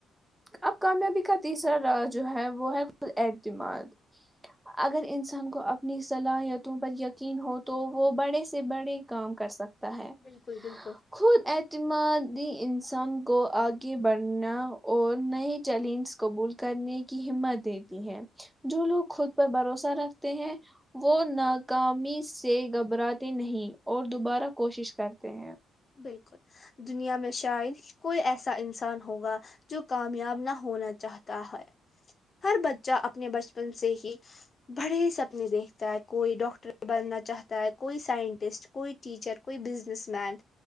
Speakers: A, in the centre; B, on the left.
A: اب کامیابی کا تیسرا راز جو ہے وہ ہے خود اعتماد اگر انسان کو اپنی صلاحیتوں پر یقین ہو تو وہ بڑے سے بڑے کام کر سکتے تا ہے
B: بالکل بالکل
A: خود ایت اعتمادی انسان کو آگے بڑھنا اور نئے چیلنج قبول کرنے کی ہمت دیتی ہے جو لوگ خود پر بھروسہ رکھتے ہیں وہ ناکامی سے گھبراتے نہیں اور دوبارہ کوشش کرتے ہیں
B: بالکل دنیا میں شاید کوئی ایسا انسان ہوگا جو کامیاب نہ ہونا چاہتا ہے ہر بچہ اپنے بچپن سے ہی بڑے سپنے دیکھتا ہے کوئی ڈاکٹر بننا چھات کوئی سائنٹسٹ کوئی ٹیچر کوںی بزنس مین